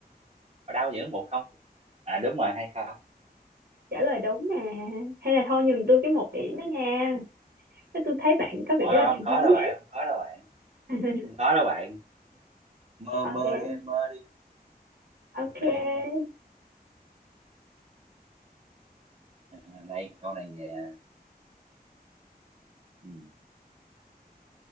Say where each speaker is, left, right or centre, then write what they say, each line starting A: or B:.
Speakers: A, on the right; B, on the right.
A: ở đâu vẫn một không chứ? à đúng rồi hay không
B: Trả lời đúng mà. Hay là thôi nhường tôi cái một điểm đó nha. Thế Tôi thấy bạn có vẻ
A: không, không
B: là bạn
A: có
B: không
A: đâu
B: biết.
A: bạn không có đâu bạn
B: <laughs>
A: không có đâu bạn mơ
B: Ok,
A: mơ đi mơ đi
B: ok.
A: cái ờ, này câu này về ừ.